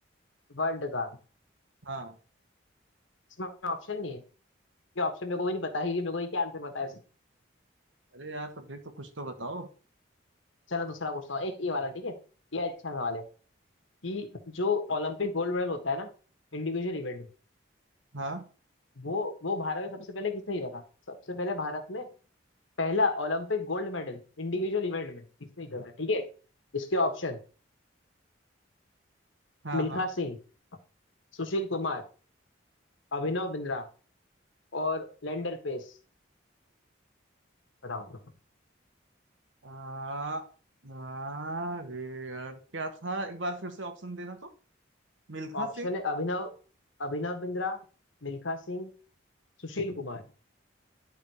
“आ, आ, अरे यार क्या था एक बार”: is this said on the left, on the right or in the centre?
Right